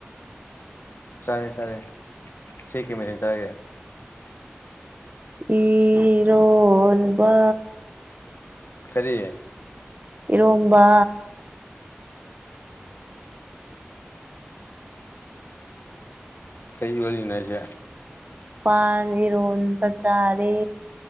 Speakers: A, on the left; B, on the right.
A: ꯆꯥꯔꯦ ꯆꯥꯔꯦ ꯢꯆꯦ ꯀꯩ ꯃꯊꯦꯜ ꯆꯥꯔꯒꯦ
B: ꯏꯔꯣꯟꯕ
A: ꯀꯔꯤ
B: ꯏꯔꯣꯟꯕ
A: ꯀꯩ ꯏꯔꯣꯟꯂꯤꯅꯣ ꯍꯥꯢꯁꯦ
B: ꯄꯥꯟ ꯏꯔꯣꯟꯕ ꯆꯔꯦ